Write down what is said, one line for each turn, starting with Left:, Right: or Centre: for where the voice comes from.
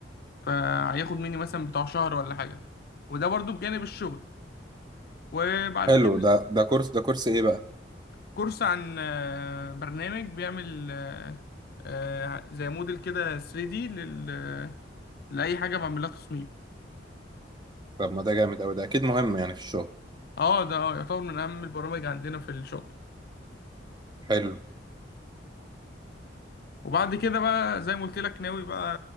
Left: فهياخد مني مثلا بتاع شهر ولا حاجة وده برضو بجانب الشغل وبعد
Right: حلو
Left: كده
Right: ده ده كورس ده كورس ايه بقى
Left: كورس عن آه، برنامج بيعمل آه، آه، زي موديل كده 3D لل... آه، لأي حاجة بعملها تصميم
Right: طب ما ده جامد قوي ده اكيد مهم يعني في الشغل
Left: اه ده يعتبر من أهم البرامج عندنا في الشغل
Right: حلو
Left: وبعد كده بقى زي ما قلت لك ناوي بقى